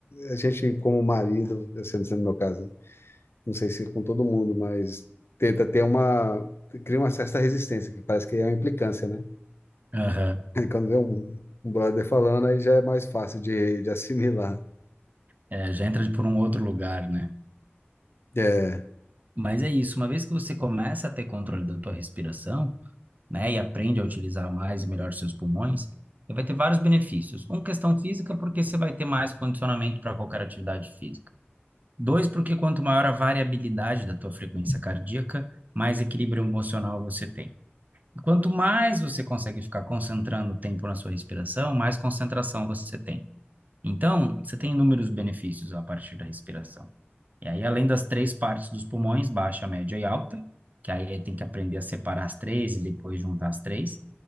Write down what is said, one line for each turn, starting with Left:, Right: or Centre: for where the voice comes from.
Left: a gente, como marido, eu sendo sendo no meu caso, né? não sei se é com todo mundo, mas tenta ter uma, cria uma certa resistência, que parece que é uma implicância, né?
Right: aham.
Left: Aí quando vê um, um brother falando, aí já é mais fácil de, de assimilar.
Right: É, já entra por um outro lugar, né?
Left: É.
Right: Mas é isso, uma vez que você começa a ter controle da tua respiração, né, e aprende a utilizar mais e melhor seus pulmões, você vai ter vários benefícios. Um, questão física, porque você vai ter mais condicionamento para qualquer atividade física. Dois, porque quanto maior a variabilidade da tua frequência cardíaca, mais equilíbrio emocional você tem. E Quanto mais você consegue ficar concentrando o tempo na sua respiração, mais concentração você tem. Então, você tem inúmeros benefícios a partir da respiração. E aí, além das três partes dos pulmões, baixa, média e alta, que aí tem que aprender a separar as três e depois juntar as três.